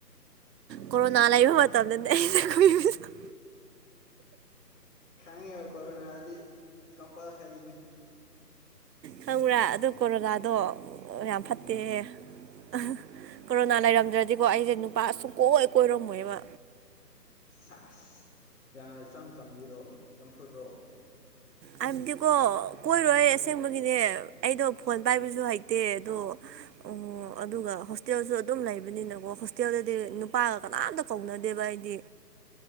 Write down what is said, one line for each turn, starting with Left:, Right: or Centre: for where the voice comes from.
Right: ꯀꯣꯔꯣꯅꯥ ꯂꯩꯕ ꯃꯇꯝꯗꯗꯤ <unintelligible>
Left: ꯈꯪꯉꯦꯕ ꯀꯣꯔꯔꯣꯅꯥꯗꯤ ꯀꯝꯄꯜꯁꯔꯤꯅꯤ
Right: ꯈꯪꯕ꯭ꯔꯥ ꯑꯗꯨ ꯀꯣꯔꯣꯅꯗꯣ ꯌꯥꯝ ꯐꯠꯇꯦ
Left: ꯎꯝ
Right: ꯍꯥ ꯀꯣꯔꯣꯅꯥ ꯂꯩꯔꯝꯗ꯭ꯔꯗꯤꯀꯣ ꯑꯩꯁꯦ ꯅꯨꯄꯥ ꯁꯨꯡꯀꯣꯏ ꯀꯣꯏꯔꯝꯃꯣꯏꯕ
Left: ꯁꯥꯁ ꯌꯥ ꯏꯆꯝ ꯆꯝꯕꯤꯔꯣ ꯆꯝꯐꯨꯠꯔꯣ
Right: ꯍꯥꯏꯕꯗꯤꯀꯣ ꯀꯣꯏꯔꯣꯏ ꯑꯁꯦꯡꯕꯒꯤꯅꯦ ꯑꯩꯗꯣ ꯐꯣꯟ ꯄꯥꯏꯕꯁꯨ ꯍꯩꯇꯦ ꯑꯗꯣ ꯑꯣ ꯑꯗꯨꯒ ꯍꯣꯁꯇꯦꯜꯁꯨ ꯑꯗꯨꯝ ꯂꯩꯕꯅꯤꯅꯀꯣ ꯍꯣꯁꯇꯦꯜꯗꯗꯤ ꯅꯨꯄꯥꯒ ꯀꯅꯥꯝꯇ꯫ ꯀꯧꯅꯗꯦꯕ ꯑꯩꯗꯤ